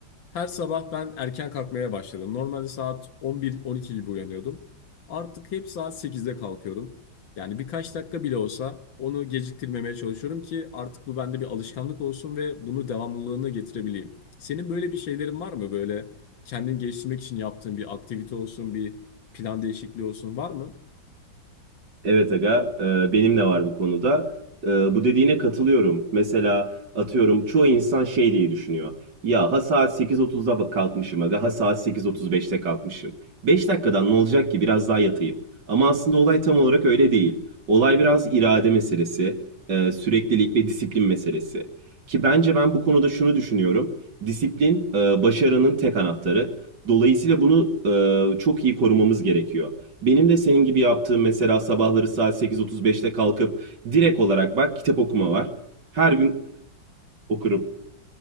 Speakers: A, on the left; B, on the right.
A: her sabah ben erken kalkmaya başladım. Normalde saat 11-12 gibi uyanıyordum. Artık hep saat sekizde kalkıyorum. Yani birkaç dakika bile olsa onu geciktirmemeye çalışıyorum ki artık bu bende bir alışkanlık olsun ve bunu devamlılığını getirebileyim. Senin böyle bir şeylerin var mı? Böyle kendini geliştirmek için yaptığın bir aktivite olsun, bir plan değişikliği olsun var mı?
B: Evet aga, e, benim de var bu konuda. E, bu dediğine katılıyorum. Mesela atıyorum çoğu insan şey diye düşünüyor. Ya ha saat 8.30'da bak- kalkmışım aga, ha saat 8.35'te kalkmışım. 5 dakikadan ne olacak ki biraz daha yatayım. Ama aslında olay tam olarak öyle değil. Olay biraz irade meselesi, e, süreklilik ve disiplin meselesi. Ki bence ben bu konuda şunu düşünüyorum. Disiplin e, başarının tek anahtarı. Dolayısıyla bunu e, çok iyi korumamız gerekiyor. Benim de senin gibi yaptığım mesela sabahları saat 8.35'te kalkıp direkt olarak bak kitap okuma var. Her gün okurum.